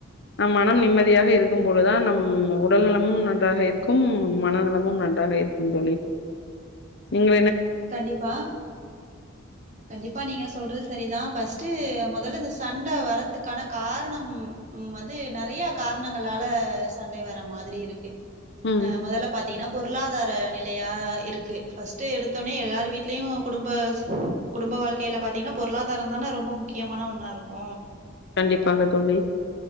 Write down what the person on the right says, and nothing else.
கண்டிப்பா கண்டிப்பா நீங்க சொல்றது சரிதா பஸ்ட் மொதல்ல இந்த சண்ட வரத்துக்கான காரணம் வந்து நெறயா காரணங்களால சண்ட வர மாதிரி இருக்கு
அ மொதல்ல பாத்தீங்கனா பொருளாதார நிலையா இருக்கு ஃபஸ்ட்டு எடுத்து எடுத்த ஒனே எல்லார் வீடலயு குடும்ப குடும்ப வாழ்க்கையில பாத்தீங்கனா பொருளாதாரம் தான ரொம்ப முக்கியமான ஒன்னா இருக்கு